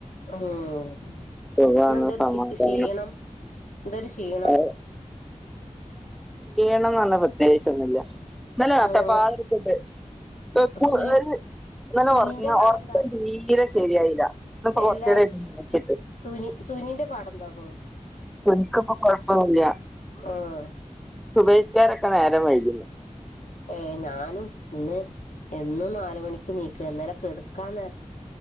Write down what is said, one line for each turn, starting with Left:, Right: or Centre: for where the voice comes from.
Left: ഉം
Centre: സുഖാണ്
Left: ഇന്ന് എന്തൊരു
Centre: സമാധാനം
Left: ക്ഷീണം. എന്തൊരു ക്ഷീണം
Centre: ഏഹ് <unintelligible> പ്രത്യേകിച്ച ഒന്നുല്ല ന്നലെ നട്ടപ്പാതിരാക്ക്
Left: ആഹ്
Centre: ണ്ട് <unintelligible>
Left: സുനി
Centre: ഇന്നലെ
Left: സുനിന്റെ
Centre: ഉറങ്ങ
Left: പാടെന്താ
Centre: ഉറക്ക് തീരെ ശരിയായില്ല <unintelligible> ഇപ്പ കൊറച്ച്
Left: എല്ലാ
Centre: നേരം <unintelligible>
Left: സുനി സുനിന്റെ പാട എന്താന്നോ?
Centre: നിക്കിപ്പൊ കൊഴപ്പന്നില്ല
Left: ആഹ്
Centre: സുബേഷ്ക <unintelligible> നേരം വൈകുന്ന
Left: ഏയ് ഞാനും ഇന്ന് എന്നും നാലുമണിക് നീക്കണ എന്നാല കെടുക്കാന്നേ